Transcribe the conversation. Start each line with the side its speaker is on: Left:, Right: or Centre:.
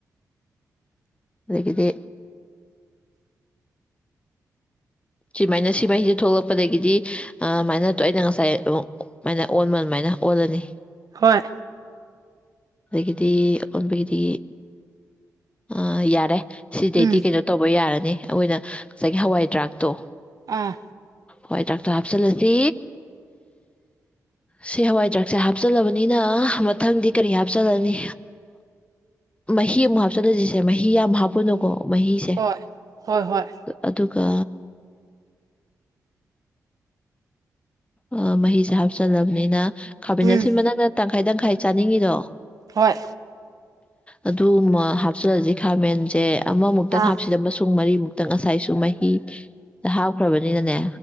Left: ꯑꯗꯒꯤꯗꯤ ꯁꯨꯃꯥꯏꯅ ꯁꯤ ꯃꯍꯩꯁꯦ ꯊꯣꯛꯂꯛꯄꯗꯒꯤꯗꯤ ꯑꯗꯨꯃꯥꯏꯅ ꯑꯩꯅ ꯉꯁꯥꯏ ꯃꯃꯥꯏꯅ ꯑꯣꯟꯃ ꯑꯗꯨꯃꯥꯏꯅ ꯑꯣꯂꯅꯤ
Right: ꯍꯣꯏ
Left: ꯑꯗꯒꯤꯗꯤ ꯑꯣꯟꯕꯤꯒꯤꯗꯤ ꯑ ꯌꯥꯔꯦ ꯁꯤꯗꯩꯗꯤ
Right: ꯎꯝ
Left: ꯀꯩꯅꯣ ꯇꯧꯕ ꯌꯥꯔꯅꯤ ꯑꯩꯈꯣꯏꯅ ꯉꯁꯥꯏꯒꯤ ꯍꯋꯥꯏ ꯗ꯭ꯔꯥꯛꯇꯣ
Right: ꯑꯥ
Left: ꯍꯣꯏ ꯗꯥꯛꯇꯔ ꯍꯥꯞꯆꯤꯜꯂꯁꯤ ꯁꯤ ꯍꯋꯥꯏ ꯆꯔꯥꯛꯁꯦ ꯍꯥꯞꯆꯤꯜꯂꯕꯅꯤꯅ ꯃꯊꯪꯗꯤ ꯀꯔꯤ ꯍꯥꯞꯆꯜꯂꯅꯤ ꯃꯍꯤ ꯑꯃꯨꯛ ꯍꯥꯞꯆꯜꯂꯁꯤꯁꯦ ꯃꯍꯤ ꯌꯥꯝ ꯍꯥꯞꯄꯅꯨꯀꯣ ꯃꯍꯤꯁꯦ
Right: ꯍꯣꯏ ꯍꯣꯏ ꯍꯣꯏ
Left: ꯑꯗꯨꯒ ꯑ ꯃꯍꯤꯁꯦ ꯍꯥꯞꯆꯜꯂꯕꯅꯤꯅ ꯈꯥꯃꯦꯟ
Right: ꯎꯝ
Left: ꯑꯁꯤꯟꯕ ꯅꯪꯅ ꯇꯪꯈꯥꯏ- ꯇꯪꯈꯥꯏ ꯆꯥꯅꯤꯡꯉꯤꯗꯣ
Right: ꯍꯣꯏ
Left: ꯑꯗꯨ ꯍꯥꯞꯆꯜꯂꯁꯤ ꯈꯥꯃꯦꯟꯁꯦ ꯑꯃꯃꯨꯛꯇꯪ
Right: ꯑꯥ
Left: ꯍꯥꯞꯁꯤꯔ ꯑꯃꯁꯨꯡ ꯃꯔꯤꯃꯨꯛꯇ ꯉꯁꯥꯏꯁꯨ ꯃꯍꯤ ꯍꯥꯞꯈ꯭ꯔꯕꯅꯤꯅꯅꯦ